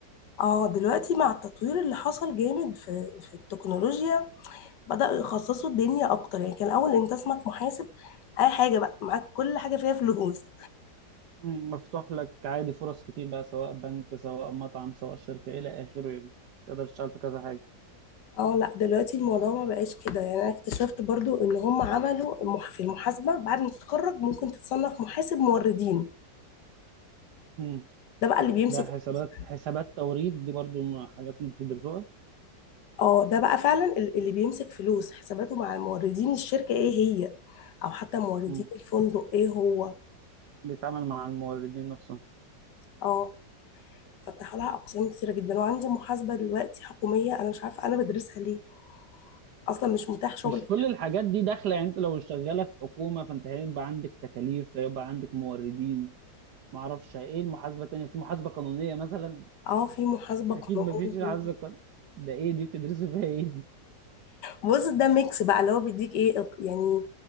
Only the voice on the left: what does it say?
اه دلوقتي مع التطوير اللي حصل جامد في في التكنولوجيا بدأوا يخصصوا الدنيا أكتر يعني كان الأول أنت اسمك محاسب أي حاجة بقى معاك كل حاجة فيها فلوس
اه لا دلوقتي الموضوع ما بقاش كده يعني أنا اكتشفت برضو إن هم عملوا المح- في المحاسبة بعد ما تتخرج ممكن تتصنف محاسب موردين
ده بقى اللي بيمسك
فلوس
اه ده بقى فعلا ال- اللي بيمسك فلوس حساباته مع الموردين الشركة ايه هي أو حتى موردين
الفندق ايه هو
اه فتحوا لها أقسام كتيرة جدا وعندي محاسبة دلوقتي حكومية أنا مش عارفة أنا بدرسها ليه اصلا مش متاح شغل
اه في محاسبة
قانونية
بص ده ميكس بقى اللي هو بيديك ايه الق- يعني